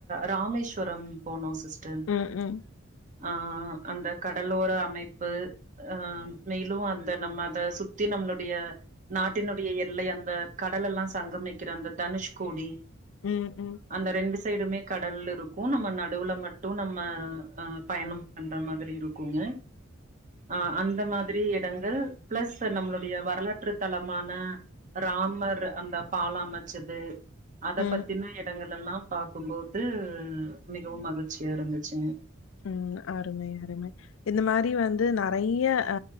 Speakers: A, on the right; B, on the left.
A: ராமேஸ்வரம் போனோ சி ஸ்டர்
B: ம், ம்.
A: ஆ அந்தக் கடலோர அமைப்பு ஆ மேலு அந்த நம்ம அத சுத்தி நம்மளுடைய நாட்டினுடைய எல்லை அந்த கடலல்லா சங்கமிக்கிற அந்த தனுஷ்கோடி
B: ம் ம்
A: அந்த ரெண்டு சைடுமே கடல் இருக்கு நம்ம நடுவுல மட்டு நம்ம அ பயணோ பண்ற மாதிரி இருக்குங்க ஆ அந்த மாதிரி எடங்கள் பிளஸ் நம்மளுடைய வரலாற்று தலமான ராமர் அந்த பாலொ அமைச்சது அத
B: ம்,
A: பத்தின
B: ம்.
A: எடங்கள் எல்லா பாக்கும்போது மிகவும் மகிழ்ச்சியா இருந்துச்சுங்க
B: ம் அருமை அருமை இந்த மாரி வந்து நெறைய்ய அ